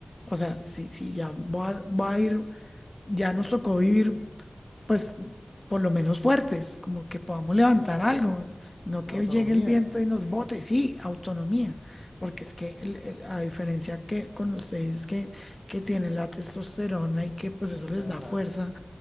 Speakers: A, on the left (about 30°); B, on the left (about 75°).
A: o sea, si, si ya voy a, voy a ir ya nos tocó vivir, pues, por lo menos fuertes, como que podamos levantar
B: Claro.
A: algo, no
B: Qué
A: que
B: autonomía,
A: llegue el viento
B: ¿no?
A: y nos bote, sí, autonomía, porque es que el- el- a diferencia que con ustedes que, que tienen la testosterona y que pues eso les
B: Ajá.
A: da fuerza,